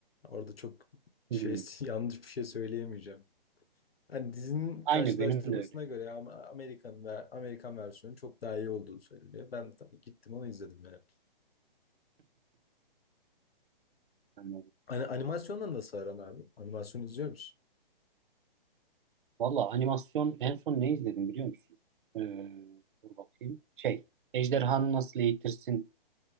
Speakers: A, on the left; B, on the right.
A: Orada çok şey
B: Hmm.
A: <laughs> yanlış bir şey söyleyemeyeceğim. Hani dizinin
B: Aynı
A: karşılaştırmasına
B: benim de öyle.
A: göre ama Amerikan ve Amerikan versiyonu çok daha iyi olduğu söyleniyor. Ben tabii gittim onu izledim yani.
B: Anladım.
A: Hani animasyonla nasıl aran abi? Animasyon izliyor musun?
B: Valla animasyon en son ne izledim biliyor musun? Ee, dur bakayım. Şey, Ejderhanı Nasıl Eğitirsin